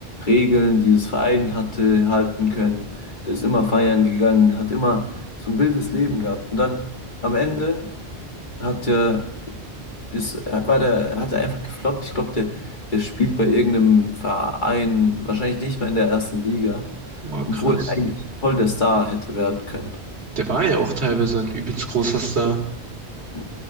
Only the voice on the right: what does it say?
War
krass.
Der war ja auch teilweise ein übelst großer Star.